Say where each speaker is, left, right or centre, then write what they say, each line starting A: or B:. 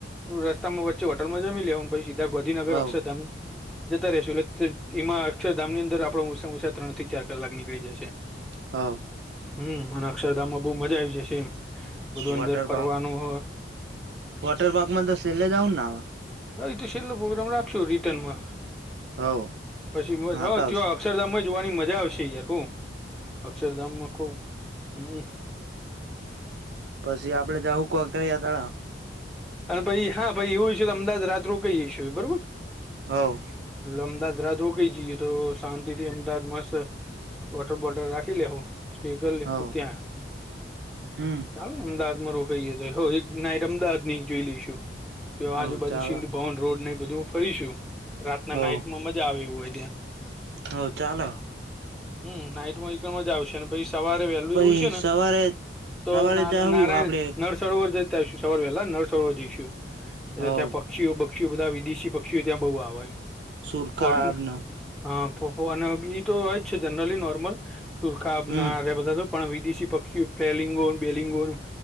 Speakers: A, in the centre; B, on the right (about 65°).
A: રસ્તામાં વચ્ચે હોટલમાં જમી લેહુ પછી ત્યાં ગોંધીનગર
B: હવ
A: અક્ષરધામ જતા રેશું એટલે એમાં અક્ષરધામની અંદર આપડો ઓછા ઉસાા ત્રણ થી ચાર કલાક નીકળી જશે.
B: હા.
A: હમ્મ અને અક્ષરધામ માં બહુ મજા આવી જશે એમ બધું
B: વોટર
A: અંદર ફરવાનું
B: પાર્ક વોટર પાર્કમાં તો સેલે જાઉન ના?
A: હા એ તો છેલ્લો પ્રગ્રામ રાખશો રિટર્નમાં.
B: હવ
A: પછી બસ
B: નાતા
A: ત્યાં
B: આવશું
A: અક્ષરધામમાં જોવાની મજા આવશે યાર હું અક્ષરધામમાં ખુબ, હમ્મ.
B: પછી આપડે જ્યાં હુક કર્યા તળાવ.
A: અને પછી હા ભાઈ એવુ છે તો અમદાદ રાત રોકઈ જઈ બરોબર?
B: હવ.
A: એટલે અમદાવાદ રાત રોકીઈ જઈએ તો શાંતિ થી અમદાવાદ મસ્ત વોટર બોટલ રાખી લેવું. કર લખું
B: હવ
A: ત્યાં
B: હમ
A: ચાલ અમદાવાદમાં રોકાઈ તો હ એક ના અમદાવાદ ની જોઈ લઈશું તો
B: હવ
A: આજુબાજુ
B: ચાલો
A: સિંધુ ભવન રોડ ને બધું હું ફરીશું. રાતના
B: હવ
A: નાઈટમાં મજા આવી હોય ત્યાં.
B: હવ ચાલો.
A: હમ્મ નાઈટમાં એકઈણ મજા આવશે ને ભાઈ સવારે વહેલું
B: પછી
A: એવું છે ને
B: સવારે
A: તો
B: સવારે
A: ના
B: જાહુ
A: નારાયણ
B: આપડે
A: નર સરોવર જતા આવીશું સવાર વહેલા નળસરોવર જઈશું એટલે
B: હવ
A: ત્યાં પક્ષીઓ પક્ષી બધા વિદેશી પક્ષીઓ ત્યાં બહ આવે
B: સુરખાબને
A: ફરે હા પોપ્પો અને ઈ તો હોય જ છે, જનરલી નોર્મલ સુરખા
B: હમ
A: ના બધા તો પણ વિદેશી પક્ષીઓ ફલિંગોન બેલિંગોન